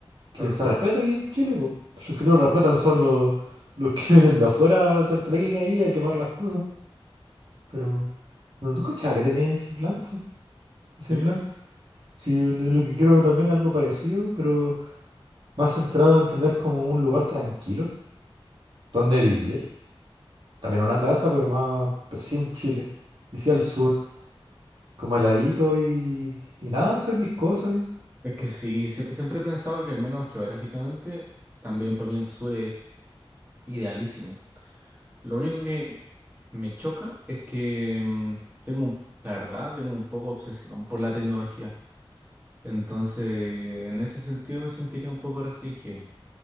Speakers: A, on the right (about 60°); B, on the right (about 20°).
A: Que
B: claro,
A: se respeta aquí en Chile, po. Los que no lo respetan son los, los que <laughs> vienen de afuera a hacer trekking ahí y a quemar las cosas. Pero no, no cachaba que tenía ese plan, po, Ese
B: sí.
A: plan. Sí, yo lo lo que quiero también es algo parecido, pero más centrado en tener como un lugar tranquilo donde vivir También una casa, pero más, pero sí en Chile. Y sí al sur, como heladito y, y nada, hacer mis cosas. y-
B: Es que sí, sie- siempre he pensado que al menos geográficamente, también para mí el sur es idealísimo. Lo único que me choca es que mm, tengo, un- la verdad, tengo un poco de obsesión por la tecnología. Entonces, en ese sentido me sentiría un poco restringido.